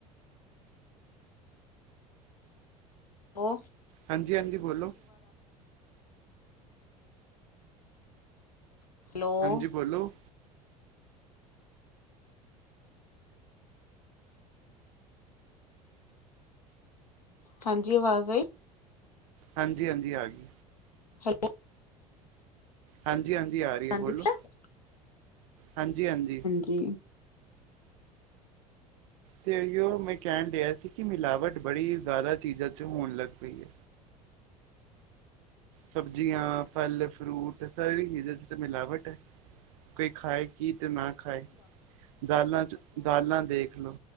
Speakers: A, on the left (about 80°); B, on the right (about 60°).
A: ਉਹ
B: ਹਾਂਜੀ ਹਾਂਜੀ ਬੋਲੋ।
A: ਹੈਲੋ
B: ਹਾਂਜੀ ਬੋਲੋ।
A: ਹਾਂਜੀ ਆਵਾਜ਼ ਆਈ।
B: ਹਾਂਜੀ ਹਾਂਜੀ ਆ ਗਈ।
A: ਹੈਲੋ।
B: ਹਾਂਜੀ ਹਾਂਜੀ ਆ ਰਹੀ।
A: <unintelligible>
B: ਹੈ ਬੋਲੋ ਹਾਂਜੀ ਹਾਂਜੀ।
A: ਜੀ
B: ਤੇ ਏਹੀ ਓ ਮੈਂ ਕਹਿਣ ਡਿਆ ਸੀ ਕਿ ਮਿਲਾਵਟ ਬੜੀ ਜ਼ਿਆਦਾ ਚੀਜ਼ਾਂ ਚ ਹੋਣ ਲੱਗ ਪਈ ਹੈ। ਸਬਜ਼ੀਆਂ, ਫਲ ਫਰੂਟ, ਸਾਰੀ ਚੀਜ਼ਾਂ ਚ ਤਾਂ ਮਿਲਾਵਟ ਹੈ ਕੋਈ ਖਾਏ ਕੀ ਤੇ ਨਾ ਖਾਏ ਦਾਲਾਂ ਚ ਦਾਲਾਂ ਦੇਖ ਲੋ।